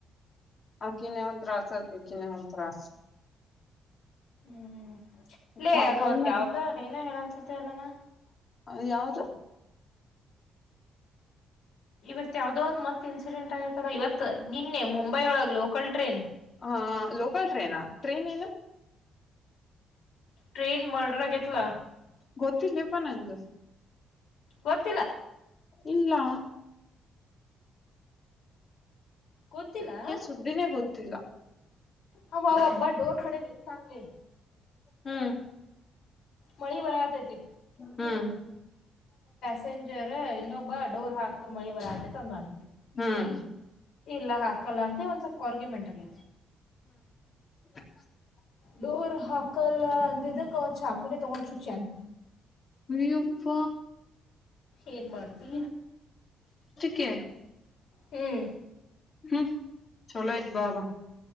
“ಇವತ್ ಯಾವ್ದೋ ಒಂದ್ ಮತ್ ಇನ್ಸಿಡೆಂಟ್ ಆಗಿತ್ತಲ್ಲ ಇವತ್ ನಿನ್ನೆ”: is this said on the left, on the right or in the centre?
Left